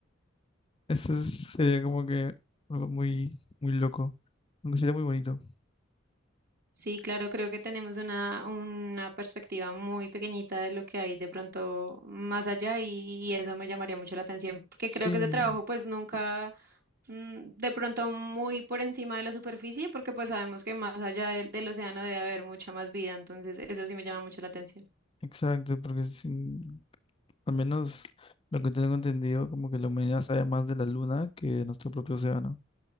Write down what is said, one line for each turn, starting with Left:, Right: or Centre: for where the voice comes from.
Left: Ese es- sería como que algo muy, muy loco, aunque sería muy bonito.
Right: Sí, claro, creo que tenemos una, una perspectiva muy pequeñita de lo que hay de pronto más allá y, y eso me llamaría mucho la atención, porque
Left: Sí,
Right: creo que ese trabajo pues nunca, mm, de pronto muy por encima de la superficie, porque pues sabemos que más allá del, del océano debe haber mucha más vida, entonces eso sí me llama mucho la atención.
Left: exacto, porque sin- al menos lo que tengo entendido, como que la humanidad sabe más de la luna que de nuestro propio océano.